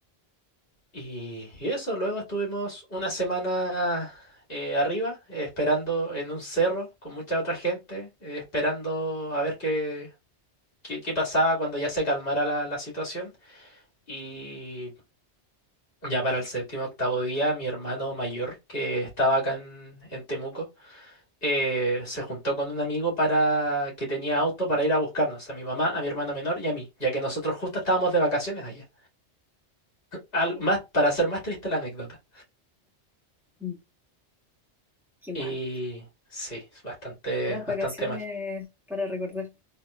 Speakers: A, on the left (about 55°); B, in the centre.
A: Y, y eso, luego estuvimos una semana eh, arriba, eh, esperando en un cerro con mucha otra gente, eh, esperando a ver qué, qué, qué pasaba cuando ya se calmara la, la situación. Y ya para el séptimo, octavo día, mi hermano mayor, que estaba acá en, en Temuco, eh, se juntó con un amigo para que tenía auto para ir a buscarnos, a mi mamá, a mi hermano menor y a mí, ya que nosotros justo estábamos de vacaciones allá. Al- más, para hacer más triste la anécdota.
B: Mm, Qué
A: Y
B: mal.
A: sí, es bastante,
B: Unas vacaciones
A: bastante mal.
B: para recordar,